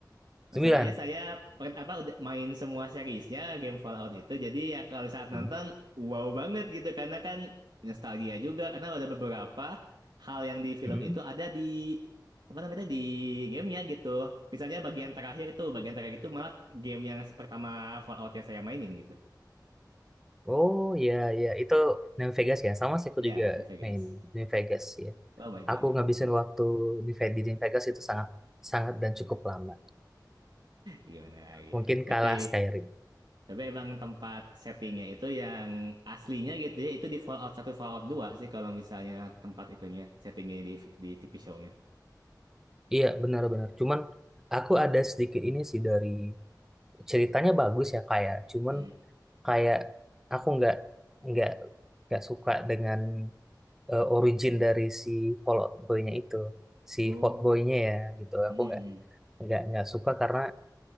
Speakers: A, on the right (about 80°); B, in the centre.
A: Masalahnya
B: Sembilan.
A: saya per- apa udah main semua seriesnya game Fallout itu. Jadi ya kalau saat nonton
B: Mhm.
A: wow banget gitu karena kan nostalgia juga karena ada beberapa hal yang di film
B: Mhm.
A: itu ada di apa namanya di gamenya gitu. Misalnya bagian terakhir tuh, bagian terakhir itu malah game yang pertama Fallout yang saya mainin gitu.
B: Oh ya ya itu New Vegas ya. Sama sih aku
A: Ya,
B: juga
A: di Vegas.
B: main New Vegas ya.
A: Oh, main juga
B: Aku ngabisin
A: itu.
B: waktu di Ve- di New Vegas itu sangat sangat dan cukup lama.
A: Gimana lagi
B: Mungkin
A: ya. Tapi
B: kalah Skyrim.
A: Tapi emang tempat settingnya itu yang aslinya gitu ya, itu di Fallout satu Fallout dua sih kalau misalnya tempat itunya, settingnya di, di TV show-nya.
B: Iya benar-benar. Cuman aku ada sedikit ini sih dari ceritanya bagus ya kayak. Cuman
A: Hmm.
B: kayak aku nggak nggak nggak suka dengan eh, origin dari si Fallout Boy-nya itu, si
A: Oh,
B: Fallout Boy-nya ya gitu.
A: mm
B: Aku nggak nggak nggak suka karena